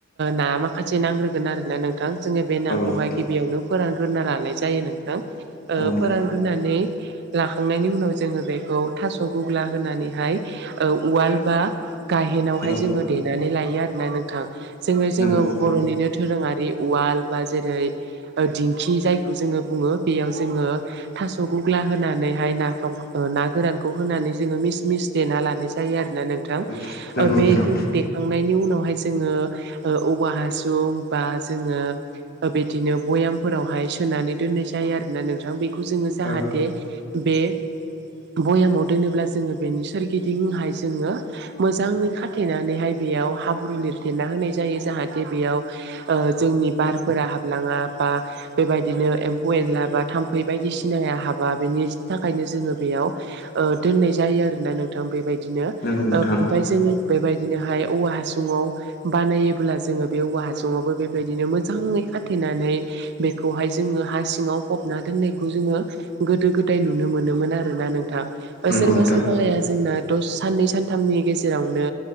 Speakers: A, on the right; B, on the left.
A: ना माखासे नांग्रोगोन आरो ना नों नोंथां जोङो बे नाखौहाय
B: औ नोंथां
A: गिबियावनो फोरानग्रोना लानाय जायो नोंथां
B: औ नोंथां
A: फोर् ननानैै। <inaudible> लाखांनायनि उनाव जोङो बेखौ थास' गुग्ला होनानैहाय उवाल बा गाहेनावहाय
B: औ
A: जोङो देनानै लायो आरोना नोंथां जों जोङो
B: नंगौ नोंथां
A: बर'निनो दोरोङारि उवाल बा जेरै दिंखि जायखौ जोङो बुङो बेयाव जोङो थास' गग्ला होनानैहाय नाफाम ना गोरानखौ होनानै जोङो मिस मिस देना लानाय जायो आरोना नों बेखौ
B: औ नंगौ नोंथां
A: खांनायनि उनावहाय जोङो औवा हासुं बा जोङो बिदिनो भयामफोरावहाय सोनानै दोननाय जायो आरो ना नोंथां बेखौ जोङो जाहाथे
B: औ
A: बे भयामाव दोनोब्ला जोङो बेनि सोरगिदिंहाय जोङो मोजाङै खाथेनानैहाय बेयाव हाब्रु लिरथेरना होनाय जायो जाहाथे बेयाव ओ जोंनि बारफोरा हाबलाङा बा बेबायदिनो एनला बा थाम्फै बायदिसिनाया हाबा बेनि थाखायनो जोङो बेयाव ओ दोननाय जायो आरो ना नोंथां बेबायदिनो ओ
B: नंगौ नोंथां
A: ओमफ्राय जोङो बेबायदिनोहाय औवा हासुङाव बानायोबब्ला जोङो बे औवा हासङावबो बेबायदिनो मोजाङै खाथेनानै बेखौहाय जोङो हासिं ङाव फबना दोननायखौ जोङो गोदो गोदाय नुनो मोनोमोन आरोना नोंथां।
B: नंगौ
A: सोरबा
B: नोंथां
A: सोरबा हाया जोंना द साननै सानथामनि गेजेरावनो